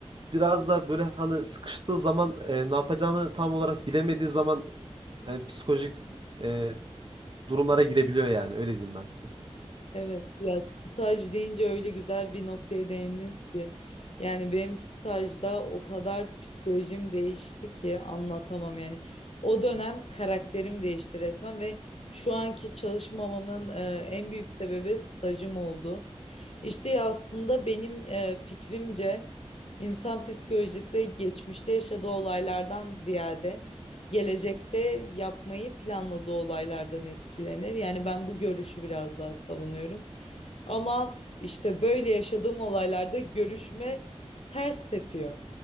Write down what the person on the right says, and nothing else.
biraz da böyle hani sıkıştığı zaman e, ne yapacağını tam olarak bilemediği zaman yani psikolojik e, durumlara girebiliyor yani öyle diyeyim ben size.